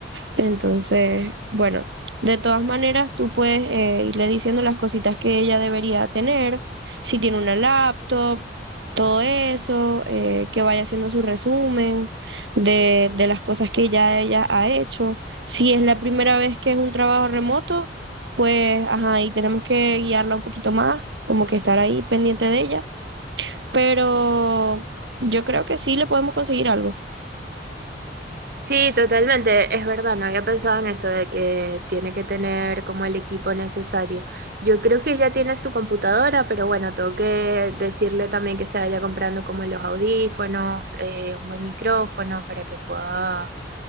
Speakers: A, on the right; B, on the right.
A: Entonces, bueno, de todas maneras, tú puedes eh, irle diciendo las cositas que ella debería tener, si tiene una laptop, todo eso, eh, que vaya haciendo su resumen de, de las cosas que ya ella ha hecho. Si es la primera vez que es un trabajo remoto, pues, ajá, y tenemos que guiarla un poquito más, como que estar ahí pendiente de ella, pero yo creo que sí le podemos conseguir algo.
B: Sí, totalmente, es verdad, no había pensado en eso de que tiene que tener como el equipo necesario. Yo creo que ya tiene su computadora, pero bueno, tengo que decirle también que se vaya comprando como los audífonos, eh, un buen micrófono para que pueda